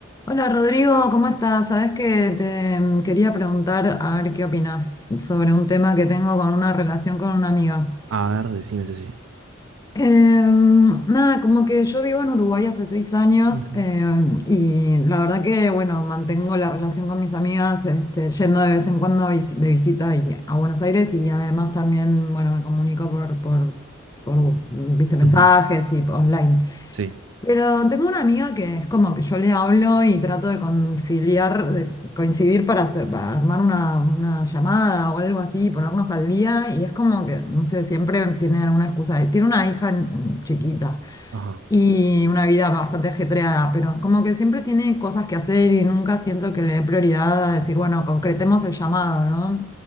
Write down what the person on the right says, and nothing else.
A ver, decime si sí.
Ujú,
ujú,
Sí,
Ajá.